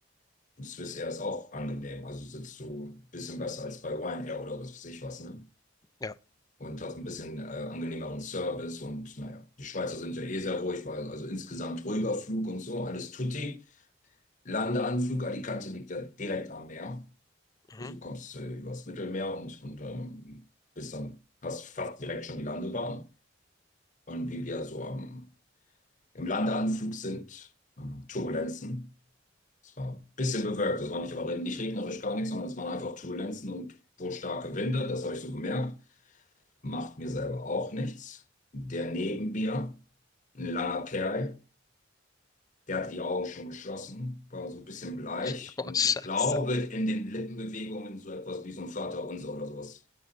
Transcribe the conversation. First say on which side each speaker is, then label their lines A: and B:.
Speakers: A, on the left; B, on the left.
A: Swiss Air ist auch angenehm. Also sitzt du ein bisschen besser als bei Ryanair oder was weiß ich was, ne?
B: Ja.
A: Und hast ein bisschen äh, angenehmeren Service und naja, die Schweizer sind ja eh sehr ruhig, weil also insgesamt ruhiger Flug und so, alles tutti. Landeanflug, Alicante liegt ja direkt am Meer.
B: Mhm.
A: Also du kommst äh, übers Mittelmeer und, und ähm, bist dann fast, fast direkt schon die Landebahn. Und wie wir so am, im Landeanflug sind, äh, Turbulenzen. Es war ein bisschen bewölkt, es war nicht, aber nicht regnerisch, gar nichts, sondern es waren einfach Turbulenzen und wohl starke Winde, das habe ich so gemerkt. Macht mir selber auch nichts. Der neben mir, ein langer Kerl, der hatte die Augen schon geschlossen, war so ein bisschen bleich
B: <laughs> Oh,
A: und
B: Scheiße.
A: ich glaube, in den Lippenbewegungen so etwas wie so ein Vaterunser oder sowas